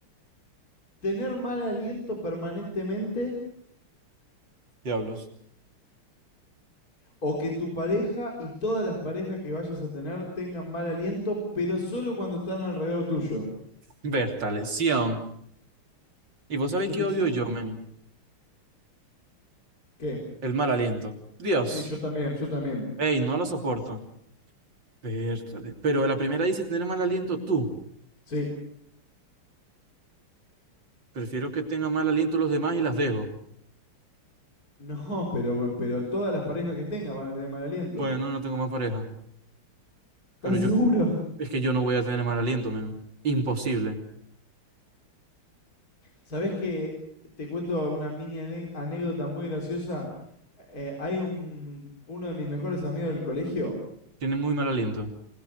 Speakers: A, on the left (about 40°); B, on the right (about 55°).
A: ¿Tener mal aliento permanentemente
B: diablos.
A: o que tu pareja y todas las parejas que vayas a tener tengan mal aliento, pero solo cuando están alrededor tuyo?
B: Bertaleción ¿Y vos sabéis
A: Durísimo.
B: qué odio yo, men?
A: ¿Qué?
B: El mal aliento. Dios.
A: Sí, yo también, yo también.
B: Ey, no lo soporto. Bertale. Pero la primera dice tener mal aliento tú.
A: Sí. <laughs>
B: Prefiero que tengan mal aliento los demás y las dejo.
A: No, pero, pero todas las parejas que tengas van a tener mal aliento.
B: Bueno, no tengo más pareja.
A: ¿Estás
B: Pero yo,
A: seguro?
B: es que yo no voy a tener mal aliento, men. Imposible.
A: ¿Sabés que te cuento una mini ane- anécdota muy graciosa? Eh, hay un, uno de mis mejores amigos del colegio,
B: Tiene muy mal aliento.